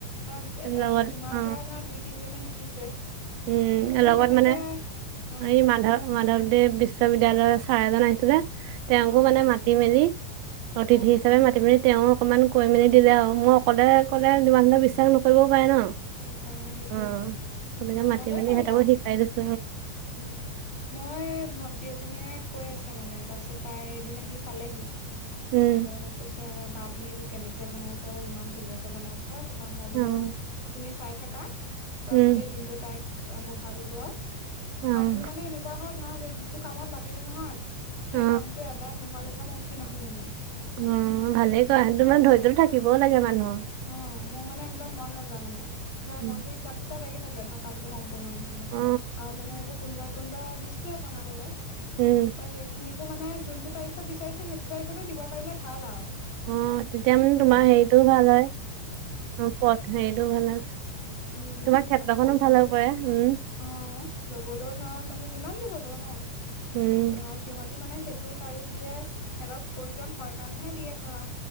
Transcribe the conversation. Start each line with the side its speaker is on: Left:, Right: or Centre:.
Left: ধৰা
Right: লগত
Left: এ তোমাৰ
Right: অ
Left: পৰা ধৰা দুই, তিনজনে শিকিছে।
Right: উম
Left: ময়ো
Right: লগত
Left: তেনেকে,
Right: মানে
Left: আহ।
Right: এই মাধৱ মাধৱদেৱ বিশ্ববিদ্যয়ালয়ৰ ছাৰ এজন আহিছিলে, তেওঁকো
Left: অ
Right: মানে মাতি মেলি। অতিথি
Left: অ
Right: হিচাপে মাতি পি। তেওঁ অকণমান কৈ মেলি দিলে আৰু মই অকলে ক'লে তমান ধলে বিশ্বাস নকৰিব। পাই ন,
Left: কৰিব পাৰা সেইটোৱে
Right: অ, তেনেকে মাতি
Left: ভালে
Right: মেলি
Left: কৰিলা
Right: সিহঁতকো শিকাই দিছো।
Left: উম মই ভন্টি এজনীয়ে। কৈ আছে মানে তাৰপিছত তাই এদিন আহি চালেহি,
Right: উম
Left: তাৰ পিছতে তাই মোক কৈছে। বা তুমি এইবোৰ কেনেকে বনাইছা আৰু ইমান ধুনীয়াকে বনাইছা তাৰপৰা মই বোলো
Right: উম
Left: তুমি। চাই থাককা তাৰপৰা
Right: উম
Left: গোটেই দিনটো তাইক, বহাই ললো আৰু,
Right: উম
Left: আৰু মোৰ মানে এনেকুৱা হ। নহয় যিটো কামত লাগিলো নহয়, সেই
Right: অ অ
Left: কামটো এদাই নোহোৱালৈকে মই উঠি নাহো মানে।
Right: উম ভালে ক সি তো
Left: তাৰপিছত
Right: মমান ধৰিত থাকিবও
Left: অ
Right: লাগে মানুহ।
Left: অ মোৰ মানে একদম মন নাযায় মানে, কিবা
Right: উম
Left: মনটো ইছাৰ বিচাৰ লাগি থাকে ধাৰ কামটো সম্পৰ্। সম্পোৰ্ণ নহলে,
Right: অ
Left: আৰু মানে এইবোৰ কোনোবাই কোনোবাই দিছিলেও বনাবলে
Right: উম
Left: সেইখিনিক। মানে যোনতটো তাৰিখত বিচাৰিছে সেইটো তাৰিখতে দিব পাৰিলে ভাল আৰু।
Right: অ তেতিয়া মানে তোমাৰ
Left: তাৰপিছতে
Right: হেৰিটোও ভাল হয়, অ পথ হেৰিটোও ভাল হয়।
Left: উম
Right: তোমাৰ ক্ষেত্ৰখনো
Left: মানে পইচাটো,
Right: ভাল হ'ব পাৰে উম
Left: অ লবলৈও। ৰা মানে যিমান দে হলো ন,
Right: উম
Left: সিহ সিহঁতি মানে। টো তাৰিখ দিয়ে, সিহঁতক প্ৰয়োজন হয় কাৰণেহে দিয়ে ধৰা।